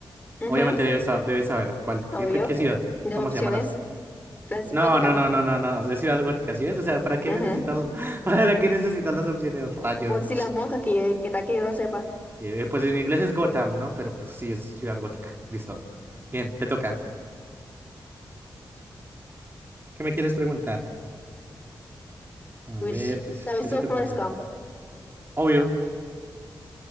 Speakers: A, on the left (about 20°); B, on the right (about 30°).
A: Ujú,
B: Obviamente debes, sa- debes saber cuál, qué,
A: obvio.
B: qué ciudad,
A: De
B: cómo
A: opciones,
B: se llaman las...
A: clásica,
B: No,
A: gótica,
B: no, no, no, no, no, es ciudad gótica, ¿sí ves? O sea, ¿para qué
A: ¿no?
B: necesitas, <laughs> para qué necesitas las opciones, rayos?
A: Por si las moscas, que, que tal que yo no sepa.
B: Y, eh, pues en inglés es Gotham, ¿no? Pero pues sí, es ciudad gótica. Listo. Bien, te toca. ¿Qué me quieres preguntar? A
A: Uy,
B: ver, ¿qué, se-
A: ¿Te has
B: qué
A: visto
B: se te
A: Forrest
B: ocurre?
A: Gump?
B: Obvio,